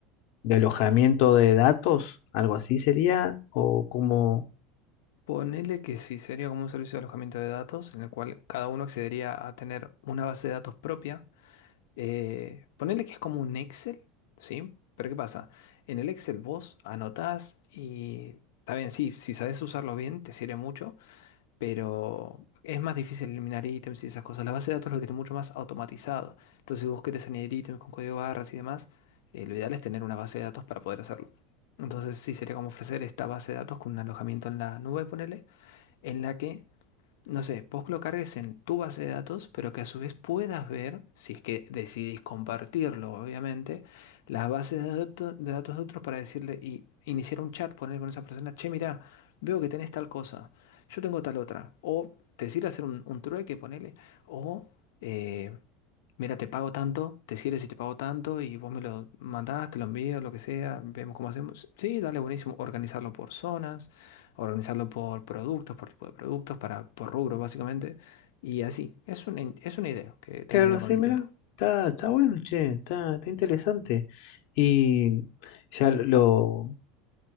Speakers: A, on the left; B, on the left.
A: de alojamiento de datos, algo así sería, o como,
B: Ponele que sí, sería como un servicio de alojamiento de datos en el cual cada uno accedería a tener una base de datos propia. Eh, ponele que es como un Excel, ¿sí? Pero ¿qué pasa? En el Excel vos anotás y está bien, sí, si sabes usarlo bien te sirve mucho, pero es más difícil eliminar ítems y esas cosas. La base de datos lo tiene mucho más automatizado. Entonces si vos querés añadir ítems con código barras y demás, eh, lo ideal es tener una base de datos para poder hacerlo. Entonces sí sería como ofrecer esta base de datos con un alojamiento en la nube, ponele en la que, no sé, vos lo cargues en tu base de datos, pero que a su vez puedas ver, si es que decidís compartirlo, obviamente, las bases de, dato- de datos de otros para decirle y iniciar un chat, poner con esa persona, che, mirá, veo que tenés tal cosa, yo tengo tal otra, o decir hacer un, un trueque, ponele, o... eh, mira, te pago tanto, te sirve si te pago tanto y vos me lo mandás, te lo envío, lo que sea, vemos cómo hacemos. Sí, dale, buenísimo. Organizarlo por zonas, organizarlo por productos, por tipo de productos, para, por rubro básicamente. Y así, es una, in- es una idea que he tenido
A: claro, sí,
B: con el
A: mira,
B: tiempo.
A: está, está bueno, che, está, está interesante. Y ya lo,